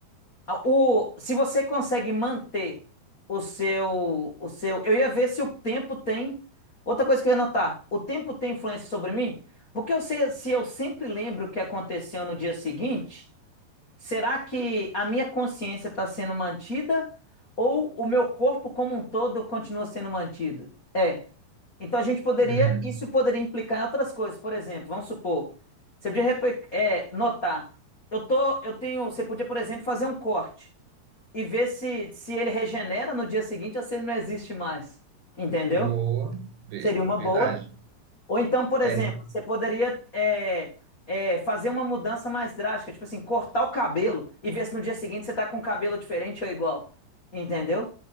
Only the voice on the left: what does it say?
a- o, se você consegue manter o seu, o seu. Eu ia ver se o tempo tem. Outra coisa que eu ia notar: o tempo tem influência sobre mim? Porque eu sei, se eu sempre lembro o que aconteceu no dia seguinte. Será que a minha consciência está sendo mantida ou o meu corpo como um todo continua sendo mantido? É. Então a gente poderia,
isso poderia implicar em outras coisas. Por exemplo, vamos supor, você podia repe- é, notar, eu tô, eu tenho, você podia, por exemplo, fazer um corte e ver se, se ele regenera no dia seguinte ou se ele não existe mais. Entendeu?
Seria
uma boa. Ou então, por exemplo,
você poderia é, é, fazer uma mudança mais drástica, tipo assim, cortar o cabelo e ver se no dia seguinte você tá com o cabelo diferente ou igual. Entendeu?